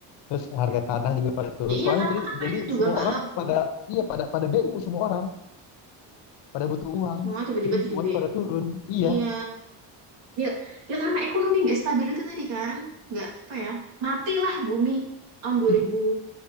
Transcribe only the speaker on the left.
Terus harga tanah juga pada turun.
Soalnya
jadi
jadi
semua
orang
pada iya pada pada BU semua orang pada butuh uang
jadi semuanya
pada turun iya
iya